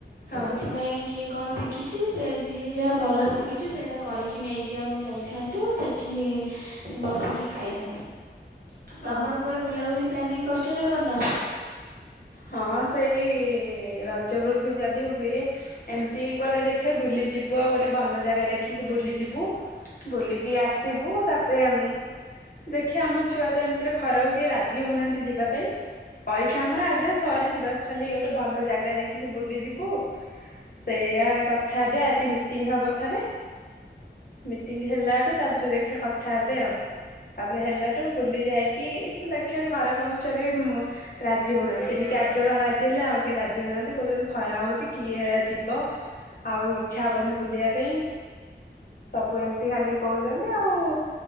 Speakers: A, on the left; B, on the right.
A: ହଁ
B: ସେଥିପାଇଁ କିଏ କଣ ଶିଖିଛି ସେ ଯିଏ ଯାହା ଭଲ ଶିଖିଛି ସେଇଟା କରିକି ନେଇକି ଆମେ ଯାଇଥାନ୍ତୁ ସେ ଠିଏ ବସିକି ଖାଇଥାନ୍ତୁ। ତମେମାନେ
A: ଓ
B: କୁଆଡ଼େ ବୁଲାବୁଲି ପ୍ଲାନିଂ କରିଛ ନା କରିନ?
A: ହଁ ସେଇ ରଜ ବେଳକୁ ଯଦି ହୁଏ ଏମିତି କୁଆଡ଼େ ଦେଖେ ବୁଲିଯିବୁ ଆଉ ଗୋଟେ ଭଲ ଜାଗା ଦେଖିକି ବୁଲିଯିବୁ। ବୁଲିକି ଆସିବୁ ତାପରେ ଉଁ ଦେଖିଆ ଆମ ଛୁଆ ତ ଏମିତିରେ ଖରାକୁ କେହି ରାଜି ହଉ ନାହାନ୍ତି ଯିବା ପାଇଁ ପଇସା ଆମର ଆଦାୟ ସରିଚି ବାସ୍ ଖାଲି ଗୋଟେ ଭଲ ଜାଗା ଦେଖିକି ବୁଲି ଯିବୁ। ସେଇଆା କଥା ହେବେ ଆଜି ମିଟିଂ ହବ ଥରେ ମିଟିଙ୍ଗ୍ ହେଲାଠୁ ତାପରେ ଦେଖିବା କଥା ହେବେ ଆଉ। ତାପରେ ହେଲାଠୁ ବୁଲି ଯାଇକି ଦେଖିଆ ଘର କାମ ଛାଡି ମୁଁ ରାଜି ହଉ ନାହାନ୍ତି। ଚାରି ଜଣ ରାଜି ହେଲେ ଆଉ କିଏ ରାଜି ହଉ ନାହାନ୍ତି କହୁଛନ୍ତି ଖରା ହଉଛି କିଏ ଏରା ଯିବ। ଆଉ ଇଚ୍ଛା ହବନି ବୁଲିବା ପାଇଁ। ସବୁ ଏମିତି ଖାଲି କହୁଛନ୍ତି ଆଉ